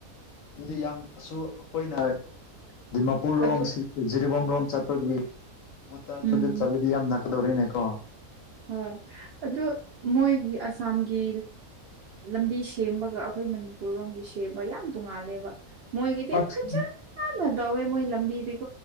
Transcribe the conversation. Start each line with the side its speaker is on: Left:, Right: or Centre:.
Left: ꯑꯗꯨꯗꯤ ꯌꯥꯝ ꯑꯁꯨ ꯑꯩꯈꯣꯏꯅ ꯗꯤꯃꯄꯨꯔ ꯔꯣꯝ
Right: ꯑꯗꯨ
Left: ꯖꯤꯔꯤꯕꯥꯝ ꯔꯣꯝ ꯆꯠꯄꯒꯤ ꯃꯨꯠꯇ ꯑꯗꯨꯗ
Right: ꯎꯝ
Left: ꯆꯠꯂꯗꯤ ꯌꯥꯝ ꯅꯛꯀꯗꯧꯔꯤꯅꯦꯀꯣ
Right: ꯍꯣꯏ ꯑꯗꯨ ꯃꯣꯏꯒꯤ ꯑꯁꯥꯝꯒꯤ ꯂꯝꯕꯤ ꯁꯦꯝꯕꯒ ꯑꯩꯈꯣꯏ ꯃꯅꯤꯄꯨꯔ ꯂꯣꯝꯒꯤ ꯁꯦꯝꯕ ꯌꯥꯝ ꯇꯣꯡꯉꯥꯜꯂꯦꯕ ꯃꯣꯏꯒꯤꯗꯤ
Left: ꯑꯁ
Right: ꯐꯖ ꯐꯥꯟꯅ ꯇꯧꯋꯦ ꯃꯣꯏ ꯂꯝꯕꯤꯗꯒꯤ